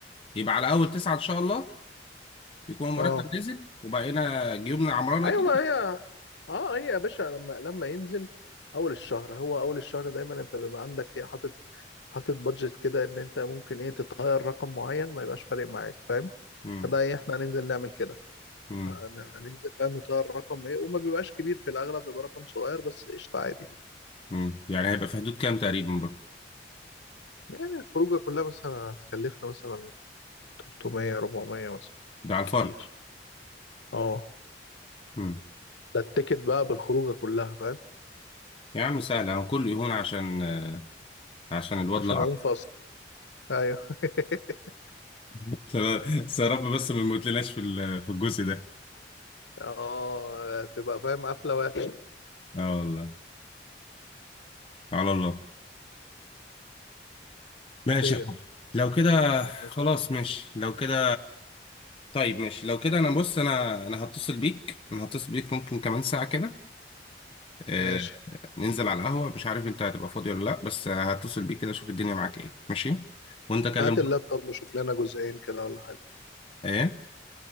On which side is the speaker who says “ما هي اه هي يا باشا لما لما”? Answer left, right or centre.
Left